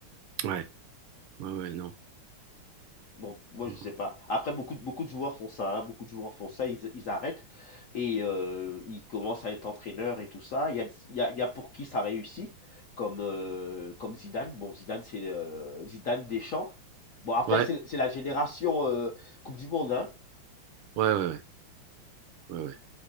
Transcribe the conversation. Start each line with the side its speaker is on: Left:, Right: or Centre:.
Right: ouais, ouais, ouais, non.
Left: Donc, moi,
Right: Non,
Left: je
Right: non.
Left: sais pas. Après, beaucoup de, beaucoup de joueurs font ça, hein. Beaucoup de joueurs font ça, ils, ils arrêtent et euh, ils commencent à être entraîneurs et tout ça. Il y a, il y a, il y a pour qui ça réussit, comme, euh, comme Zidane. Bon, Zidane, c'est euh, Zidane Deschamps. Bon, après,
Right: Ouais,
Left: c'est c'est la génération euh, Coupe du Monde, hein.
Right: ouais, ouais, ouais, ouais, ouais.